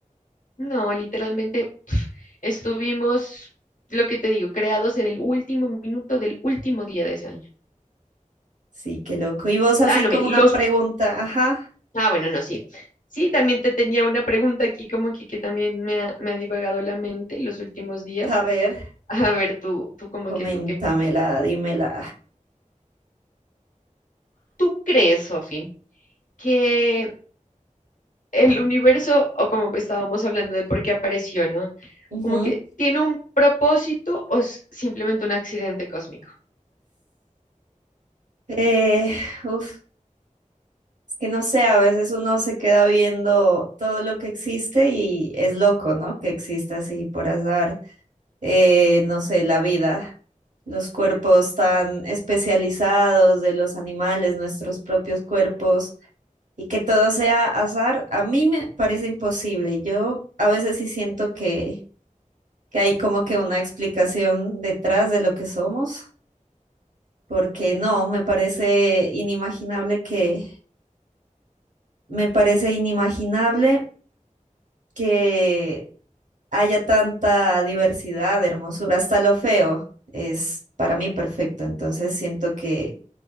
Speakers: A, on the left; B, on the right.
A: No, literalmente pf, estuvimos, lo que te digo, creados en el último minuto del último día de ese año.
B: Sí, qué loco. Y vos así
A: Ah, no,
B: como
A: mira,
B: una
A: los
B: pregunta, ajá,
A: Ah, bueno, no, sí. Sí, también te tenía una pregunta aquí, como que, que también me ha, me ha divagado la mente los últimos días.
B: a ver,
A: A ver, tú, tú como
B: coméntamela,
A: que tú que
B: dímela.
A: tú crees, Sofi, que el universo, o como estábamos hablando de por qué apareció, ¿no?
B: Ujú.
A: Como que tiene un propósito o es simplemente un accidente cósmico.
B: Eh, uf, es que no sé, a veces uno se queda viendo todo lo que existe y es loco, ¿no? Que exista así por azar, eh, no sé, la vida, los cuerpos tan especializados de los animales, nuestros propios cuerpos, y que todo sea azar, a mí me parece imposible. Yo a veces sí siento que que hay como que una explicación detrás de lo que somos, porque no, me parece inimaginable que, me parece inimaginable que haya tanta diversidad, hermosura, hasta lo feo es para mí perfecto, entonces siento que,